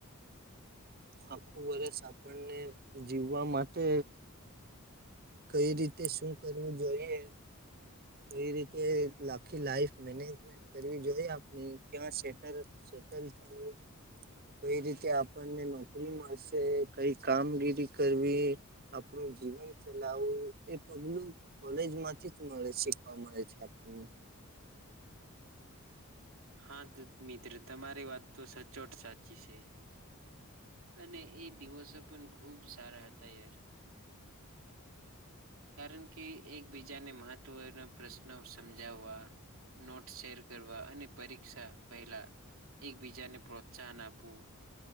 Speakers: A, on the right (about 45°); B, on the right (about 65°).
A: આખું વર્ષ આપણને જીવવા માટે કઈ રીતે શું કરવું જોઈએ એવી રીતે આખી લાઈફ મેનેજમેન્ટ કરવી જોઈ આપ ક્યાં સેટ છે -ટલ છ <unintelligible> કઈ રીતે આપણને નોકરી મળશે કઈ કામગીરી કરવી આપું જીવન ચલાવું એ પગલું કોલેજ માંથી જ મળે છે જોવા મળે છે આપણને
B: હા દૂત મિત્ર તમારી વાત તો સચોટ સાચી છે અને એ દિવસો પણ ખુબ સારા હતા યાર કારણ કે એકબીજાને મહત્વના પ્રશ્નો સમજાવવા નોટ શેર કરવા અને પરીક્ષા પહેલા એકબીજાને પ્રોત્સાહન આપવું